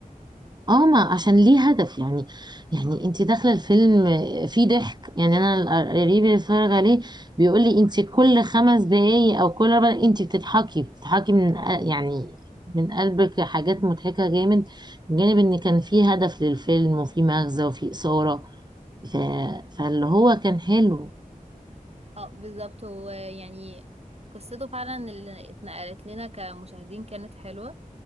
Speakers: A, on the right; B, on the right.
A: اه ما عشان ليه هدف يعني يعني انت داخله الفيلم فيه ضحك يعني انا قريبي اللي اتفرج عليه بيقول لي انت كل خمس دقايق او كل اربع دقايق انت بتضحكي بتضحكي من قل- يعني من قلبك حاجات مضحكه جامد من جانب ان كان فيه هدف للفيلم وفيه مغزى وفيه اثاره ف... فاللي هو كان حلو
B: اه بالظبط هو يعني قصته فعلا اللي اتنقلت لنا كمشاهدين كانت حلوة